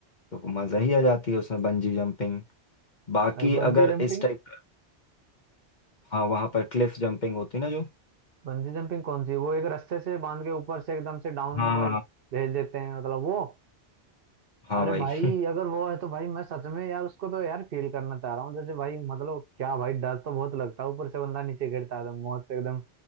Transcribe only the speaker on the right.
और बंजी
जंपिंग
बंजी जंपिंग कौन सी वो एक रस्से से बांध के ऊपर से एकदम से डाउन
वो
भेज देते हैं मतलब वो
अरे
भाई
अगर वो है तो भाई मैं सच में यार उसको तो यार फील करना चाह रहा हूँ जैसे भाई मतलब क्या भाई डर तो बहुत लगता है ऊपर से बंदा नीचे गिरता है तो मौत एकदम